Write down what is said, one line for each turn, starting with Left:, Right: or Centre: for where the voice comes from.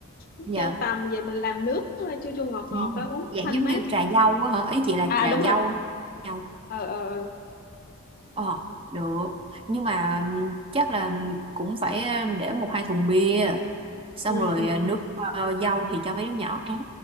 Left: mứt
Right: dạ
Left: dâu tằm về mình làm nước ờ, chua chua ngọt
Right: Ừ.
Left: ngọt á uống
Right: dạ
Left: thanh
Right: giống
Left: mát
Right: như trà dâu á hả ý chị là
Left: à
Right: trà
Left: đúng rồi
Right: dâu hay dâu
Left: ờ ờ ờ.
Right: ờ được nhưng mà ừm, chắc là cũng phải ừm, để một hai thùng bia xong
Left: ừ
Right: rồi
Left: ừ
Right: à, nước ờ, dâu thì cho mấy đứa nhỏ à